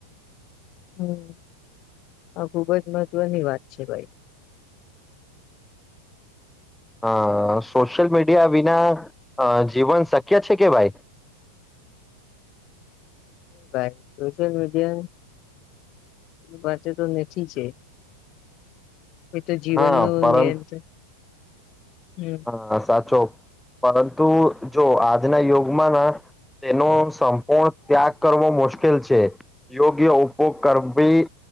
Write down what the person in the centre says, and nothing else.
અ સોશિયલ મીડિયા વિના જીવન શક્ય છે કે ભાઈ
હા
પરં
હા સાચો પરંતુ જો આજના યુગમાં ના તેનો સંપૂર્ણ ત્યાગ કરવો મુશ્કેલ છે યોગ્ય ઉપયોગ કરવીી